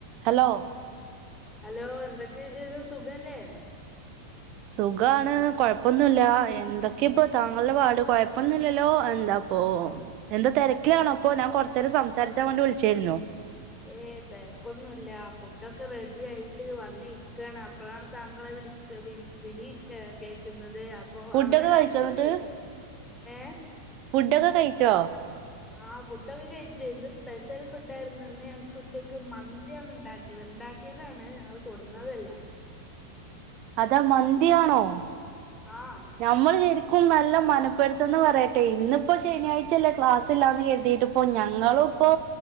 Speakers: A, on the right; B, in the centre.
A: Hello
B: hello എന്തൊക്കെ വിശേഷം സുഖല്ലേ
A: സുഖാണ്, കൊഴപ്പൊന്നുമില്ല എന്തൊക്കേപ്പൊ താങ്കളുടെ പാട് കൊഴപ്പൊന്നുല്ലല്ലോ എന്താ ഓഹ് എന്താ തെരക്കിലാണോ ഇപ്പോ ഞാൻ കൊർച്ചേരം സംസാരിച്ചാവേണ്ടി വിൾച്ചേര്ന്നു
B: ഏ തെരക്കൊന്നുല്ല ഫുഡൊക്കെ റെഡി ആയിട്ട് വന്നിരിക്കാണ്. അപ്പളാണ് താങ്കളെ വിളി ക്ക വിളി വിളി കേക്ക്‌ന്നത്, അപ്പൊ
A: ഫുഡൊക്കെ
B: അവടെല്ലാർക്കും
A: കഴിച്ചോ എന്നിട്ട്
B: സുഖല്ലേ ഏഹ്
A: ഫുഡൊക്കെ കഴിച്ചോ?
B: ആഹ് ഫുഡ്ക്കെ കഴിച്ച്. ന്ന് സ്പെഷ്യൽ ഫുഡായിരുന്നു. ഇന്ന് ഞങ്ങക്ക് ഉച്ചക്ക് മന്ത്യാണ് ണ്ടാ ക്യത്. ഇണ്ടാക്കിയതാണ് ഞങ്ങള് കൊട്ന്നതല്ല
A: അതാ മന്തിയാണോ
B: ആഹ്
A: നമ്മള് ശരിക്കും നല്ല മനപ്പെരുത്തന്ന് പറയട്ടെ ഇന്ന്പ്പോ ശനിയാഴ്ചല്ലേ ക്ലാസ്സ്ലാന്ന് കെരുതിയിട്ട് പ്പൊ ഞങ്ങളുപ്പോ